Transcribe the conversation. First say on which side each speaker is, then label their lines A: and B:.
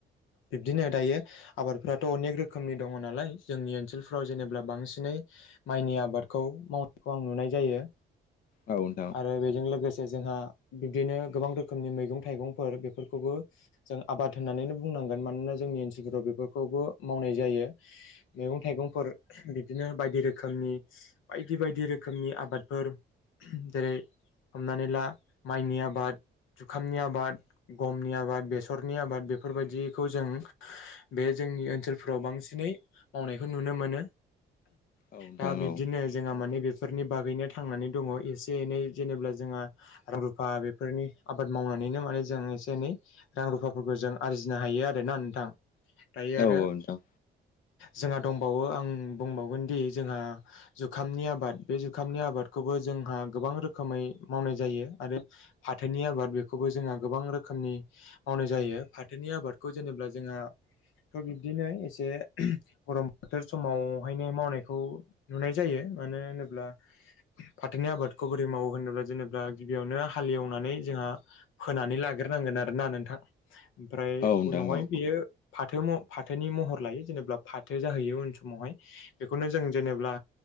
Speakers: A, on the left; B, on the left.
A: बिब्दिनो दायो आबादफ्राथ अनेक रोखोमनि दंङ नालाय जोंनि ओनसोलफ्राव जेनेबा बांसिनै माइनि आबादखौ मावनायखौ आं नुनाय जायो
B: औ नोंथां
A: आरो बेजों लोगोसे जोंहा बिबदिनो गोबां रोखोमनि मैगं थाइगंफोर बेफोरखौबो जों आबाद होननानै बुंनां <unintelligible> गोनानोना जोंनि ओनसोलफोराव बेफोरखौबो मावनाय जायो मैगं थाइगंफोर बिदिनो। बायदि रोखोमनि बायदि बायदि रोखोमनि आबादफोर जेरै हमनानै ला माइनि आबाद जुखामनि आबाद गमनि आबाद बेसरनि आबाद बेफोरबायदिखौ जों बे जों जोंनि ओनसोलफ्राव बांसिनै मावनायखौ नुनो मोनो
B: औ नोंथां
A: दा बिब्दिनो
B: औ
A: जोंहा माने बेफोरनि बागैनो थांनानै दङ एसे एनै जेनेबा जोंहा रां रुफा बेफोरनि आबाद मावनानैनो मो फाय जों एसे एनै रां रुफाफोरखौ जों आरजिनो हायो आरो ना नोंथां दायो
B: औ
A: आरो
B: औ नोंथां
A: जोंहा दंबावो आं बुंबावगोन दि जोंहा जुखामनि आबाद। बे जुखामनि आबादखौबो जोंहा गोबां रोखोमै मावनाय जायो आरो फाथोनि आबाद बेखौबो जोंहा गोबां रोखोमनि मावनाय जायो फाथोनि आबादखौ जेनोब्ला जोंआ। थ' बिब्दिनो एसे गरम बोथोर समावहायनो मावनायखौ नुनाय जायो मानो ब्ला फाथोनि आबादखौ बोरै मावो होनोब्ला जेनेब्ला गिबियावनो हालेवनानै जोंहा फोनानै लाग्रोनांगोन आरोना नोंथां ओमफ्राय
B: औ नोंथां
A: उनावहाय
B: औ
A: बियो फाथ थो फाथोनि महर लायो जेनेबा फाथो जाहैयो उन समावहाय बेखौनो जों जेनेबा